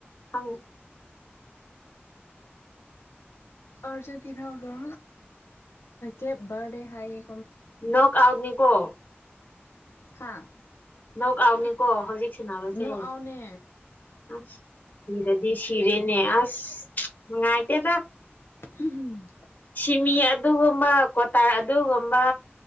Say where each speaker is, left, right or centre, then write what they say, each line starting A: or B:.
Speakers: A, on the left; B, on the left.
A: ꯈꯪꯉꯤ
B: ꯑꯔꯖ ꯇꯅꯒ ꯀꯦꯞ ꯔ ꯗꯦ ꯍꯥꯏꯌꯦ
A: ꯅ ꯀꯥꯎꯗꯅꯤ ꯀꯣ
B: ꯍꯥꯥ
A: ꯅꯣꯛ ꯀꯥꯎꯅꯤꯀꯣ ꯍꯧꯖꯤꯛ ꯁꯥꯟꯅꯕꯁꯦ
B: ꯅꯅꯦ
A: ꯑꯁ ꯁꯤꯔꯗꯤ ꯁꯤꯔꯦꯅꯦ ꯑꯁ ꯅꯨꯡꯉꯥꯏꯇꯦꯗ
B: ꯍꯝꯝ
A: ꯁꯤꯃꯤ ꯑꯗꯨꯒꯨꯝꯕ ꯀ꯭ꯋꯥꯇꯥꯔ ꯑꯗꯨꯒꯨꯝꯕ